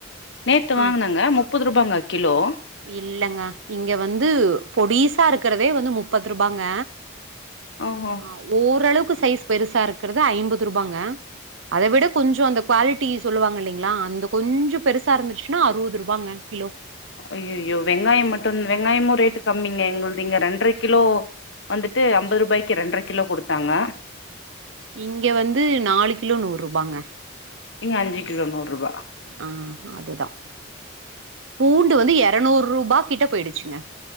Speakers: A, on the left; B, on the right.
A: நேத்து வாங்குனங்க
B: ஆ
A: முப்பது ரூபாங்க கிலோ
B: இல்லங்க இங்க வந்து பொடிசா இருக்கிறதே வந்து முப்பது ரூபாங்க
A: ஓஹோ
B: ஆ ஓரளவுக்கு சைஸ் பெருசா இருக்கறது ஐம்பது ரூபாங்க அத விட கொஞ்சோ அந்த குவாலிட்டி சொல்லுவாங் இல்லைங்ளா அந்த கொஞ்சோ பெருசா இருந்துச்சுனா அறுபது ரூபாங்க கிலோ
A: அய்யய்யோ வெங்காயோ மட்டு வெங்காயமு ரேட்டு கம்மிங்க எங்களுது இங்க ரெண்டர கிலோ வந்துட்டு அம்பது ரூபாய்க்கு ரெண்டர கிலோ கொடுத்தாங்க
B: இங்க வந்து நாலு கிலோ நூறு ரூபாங்க
A: இங்க அஞ்சு கிலோ நூறுரூபா
B: ஆ அதுதா பூண்டு வந்து இரநூறு ரூபா கிட்ட போயிடுச்சுங்க